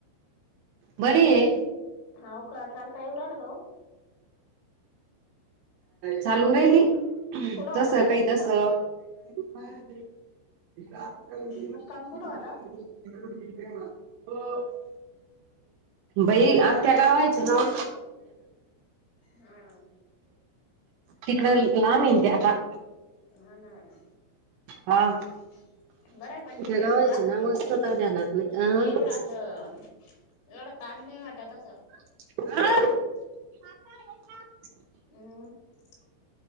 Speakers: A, on the right; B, on the left.
A: बरी आहे.
B: हाव का चालता येऊ राल का ओ?
A: चालू राहिली
B: कुठं होता
A: तस
B: काल
A: काही
B: मुक्काम
A: तस <unintelligible> <unintelligible>
B: मुक्काम कुठं होता
A: बाई अख्ख्या गावायचं नाव
B: हा!
A: तीकडं लांब हाय ना ते आता?
B: ह नाही नाही.
A: हा!
B: <inaudible> बरंय पण ते
A: त्या
B: पैशे
A: गावाची
B: राहत्यात
A: नाव असतात ध्यानात नाही
B: म्हणजे
A: अ
B: का एवढं असं एवढं ताण नाही वाटत आस.
A: आ
B: <unintelligible>